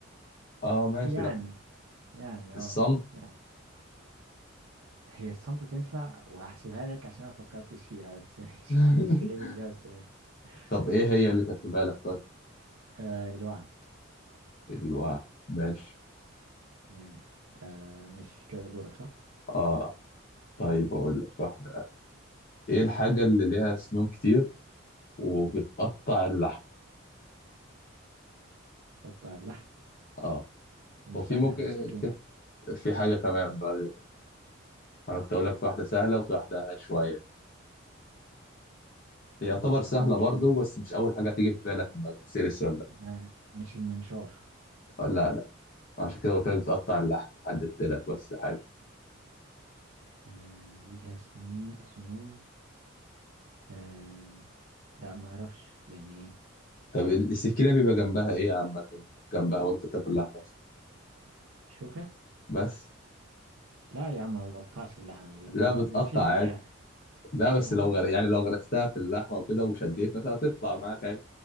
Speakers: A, on the left (about 40°); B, on the right (about 85°).
A: اه ماشي
B: يعني
A: لا
B: يعني
A: الصمت
B: اه يعني هي الصمت تنفع وهحسبها لك عشان انا ما فكرتش فيها بس <laughs> ماشي
A: <laughs>
B: مش هي دي الإجابة بس ماشي
A: طب ايه هي اللي
B: أوك.
A: كانت في بالك طيب
B: آه الوعد
A: الوعي ماشي
B: يعني آه مش كده دورك صح؟
A: اه طيب اقول
B: ماشي
A: لك واحده ايه الحاجه اللي ليها سنون كتير وبتقطع اللحم
B: حط على اللحم
A: اه
B: طب
A: وفي
B: ما سهلة
A: ممكن
B: يا عم السكينة
A: في في حاجه كمان بقى انا كنت اقول لك في واحده سهله وفي واحده شويه هي يعتبر
B: ما هو
A: سهله
B: أكيد مش
A: برضه بس مش اول حاجه تيجي في بالك لما تسال السؤال ده
B: ما مش المنشار
A: آه، لا لا عشان كده قلت لك
B: يعني
A: بتقطع اللحم حددت لك بس حاجه
B: آه ليها سني سنون آه لا ما أعرفش يعني إيه
A: طب السكينه بيبقى جنبها ايه عامه جنبها وانت بتاكل لحمه
B: شوكة
A: بس
B: لا يا عم ما بتقطعش اللحمة دي
A: لا
B: ده دي
A: بتقطع
B: بنشيل
A: عادي
B: بيها
A: لا بس
B: يا عم
A: لو غر... يعني لو غرستها في اللحمه وكده وشديت مثلا هتطلع معاك عادي